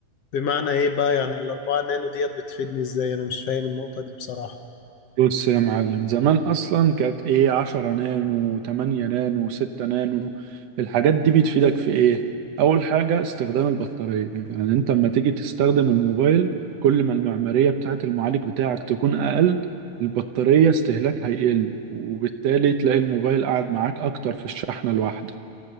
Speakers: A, on the left (about 65°); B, on the right (about 70°).
A: بمعنى ايه بقى يعني الاربعة نانو ديت بتفيدني ازاي انا مش فاهم النقطة دي بصراحة
B: بص يا معلم زمان اصلا كانت ايه 10 نانو 8 نانو 6 نانو الحاجات دي بتفيدك في ايه اول حاجه استخدام البطاريه يعني انت لما تيجي تستخدم الموبايل كل ما المعماريه بتاعه المعالج بتاعك تكون اقل البطاريه استهلاك هيقل وبالتالي تلاقي الموبايل قاعد معاك اكتر في الشحنه الواحده